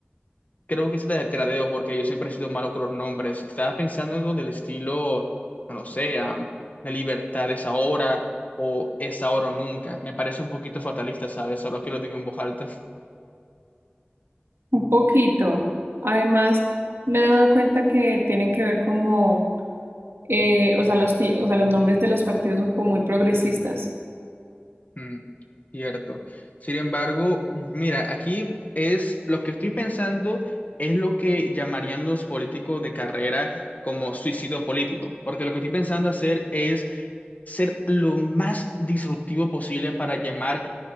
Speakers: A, on the left; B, on the right.
A: creo que eso te, te la debo, porque yo siempre he sido malo con los nombres. Estaba pensando algo del estilo, no lo sé, ah, la libertad es ahora o es ahora o nunca. Me parece un poquito fatalista, ¿sabes? Ahora que lo digo en voz alta.
B: Un poquito. Además, me he dado cuenta que tienen que ver como eh, o sea, los, ti- o sea, los nombres de los partidos son como muy progresistas.
A: Mm, cierto. Sin embargo, mira, aquí es lo que estoy pensando es lo que llamarían los políticos de carrera como suicidio político, porque lo que estoy pensando hacer es ser lo más disruptivo posible para llamar